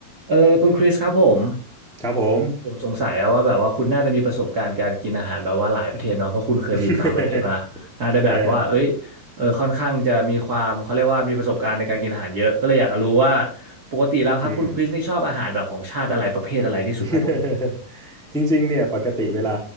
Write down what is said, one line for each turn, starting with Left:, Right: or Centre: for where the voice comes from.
Right: เออคุณคริสครับผม
Centre: ครับผม
Right: ผมสงสัยอะว่าแบบว่าคุณน่าจะมีประสบการณ์การกินอาหารแบบว่าหลายประเทศเนาะเพราะคุณเคยไปอยู่ต่างประเทศมาน่าจะแบบว่าเอ้ย
Centre: <laughs> เออ
Right: เออค่อนข้างจะมีความเขาเรียกว่ามีประสบการณ์ในการกินอาหารเยอะก็เลยอยากจะรู้ว่าปกติแล้วครับคุณคริสนี่ชอบอาหารแบบของชาติอะไรประเภทอะไรที่สุดครับผม
Centre: อืม <laughs> จริงๆเนี่ยปกติเวลา